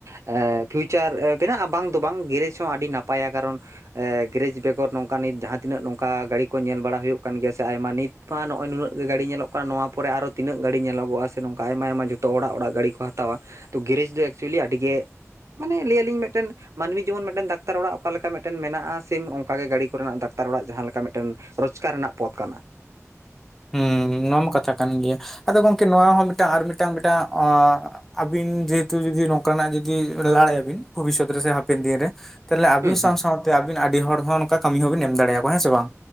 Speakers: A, on the right; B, in the centre.
A: ᱮ ᱯᱷᱤᱭᱩᱪᱟᱨ ᱵᱮᱱᱟᱜᱼᱟ ᱵᱟᱝ ᱫᱚ ᱵᱟᱝ ᱜᱮᱨᱮᱡᱽ ᱦᱚᱸ ᱟᱹᱰᱤ ᱱᱟᱯᱟᱭᱟ ᱠᱟᱨᱚᱱ ᱮ ᱜᱮᱨᱮᱡᱽ ᱵᱮᱜᱚᱨ ᱱᱚᱝᱠ ᱱᱤᱛ ᱡᱟᱦᱟᱸ ᱛᱤᱱᱟᱹᱜ ᱱᱚᱝᱠᱟ ᱜᱟᱹᱲᱤ ᱠᱚ ᱧᱮᱞ ᱵᱟᱲᱟ ᱦᱩᱭᱩᱜ ᱠᱟᱱ ᱜᱮᱭᱟ ᱥᱮ ᱟᱭᱢᱟ ᱱᱤᱛ ᱢᱟ ᱱᱚᱜᱼᱚᱭ ᱱᱩᱱᱟᱹᱜ ᱜᱮ ᱜᱟᱹᱲᱤ ᱧᱮᱞᱚᱜ ᱠᱟᱱ ᱱᱚᱣᱟ ᱯᱚᱨᱮ ᱟᱨᱚ ᱛᱤᱱᱟᱹᱜ ᱜᱟᱹᱲᱤ ᱧᱮᱞᱚᱜᱼᱟ, ᱥᱮ ᱱᱚᱝᱠᱟ ᱟᱭᱢᱟ ᱟᱭᱢᱟ ᱡᱷᱚᱛᱚ ᱚᱲᱟᱜ ᱚᱲᱟᱜ ᱜᱟᱹᱲᱤ ᱠᱚ ᱦᱟᱛᱟᱣᱟ᱾ ᱛᱚ ᱜᱨᱮᱡᱽ ᱫᱚ ᱮᱠᱪᱩᱭᱮᱞᱤ ᱟᱹᱰᱤ ᱜᱮ ᱢᱟᱱᱮ ᱞᱟᱹᱭ ᱟᱞᱤᱧ ᱢᱤᱴᱮᱱ ᱢᱟᱹᱱᱢᱤ ᱡᱮᱢᱚᱱ ᱴᱮᱱ ᱰᱟᱠᱛᱟᱨ ᱚᱲᱟᱜ ᱚᱠᱟ ᱞᱮᱠᱟ ᱢᱤᱴᱮᱱ ᱢᱮᱱᱟᱜᱼᱟ ᱥᱮᱢ ᱚᱝᱠᱟ ᱜᱮ ᱜᱟᱹᱲᱤ ᱠᱚᱨᱮᱱᱟᱜ ᱰᱟᱠᱛᱟᱨ ᱚᱲᱟᱜ ᱡᱟᱦᱟᱸ ᱞᱮᱠᱟ ᱢᱤᱴᱮᱱ ᱨᱳᱡᱽᱠᱟᱨ ᱨᱮᱱᱟᱜ ᱯᱚᱫ ᱠᱟᱱᱟ᱾
B: ᱦᱩᱸ ᱱᱚᱣᱟ ᱢᱟ ᱠᱟᱛᱷᱟ ᱠᱟᱱ ᱜᱮᱭᱟ ᱟᱫᱚ ᱜᱚᱝᱠᱮ ᱱᱚᱣᱟ ᱦᱚᱸ ᱢᱤᱴᱟᱝ ᱟᱨ ᱢᱤᱴᱟᱝ ᱢᱤᱴᱟᱝ ᱚᱸ ᱟᱹᱵᱤᱱ ᱡᱮᱦᱮᱛᱩ ᱡᱩᱫᱤ ᱱᱚᱝᱠᱟᱱᱟᱜ ᱡᱩᱫᱤ ᱞᱟᱲᱟᱭᱟᱵᱤᱱ ᱵᱷᱚᱵᱤᱥᱚᱛ ᱨᱮ ᱥᱮ ᱦᱟᱯᱮᱱ ᱫᱤᱱ ᱨᱮ ᱛᱟᱦᱞᱮ ᱟᱵᱤᱱ
A: ᱦᱩᱸ
B: ᱥᱟᱶ
A: ᱦᱩᱸ
B: ᱥᱟᱶᱛᱮ ᱟᱹᱵᱤᱱ ᱟᱹᱰᱤ ᱦᱚᱲ ᱦᱚᱸ ᱱᱚᱝᱠᱟ ᱠᱟᱹᱢᱤ ᱦᱚᱸᱵᱤᱱ ᱮᱢ ᱫᱟᱲᱮᱭᱟᱠᱚᱣᱟ, ᱦᱮᱸ ᱥᱮ ᱵᱟᱝ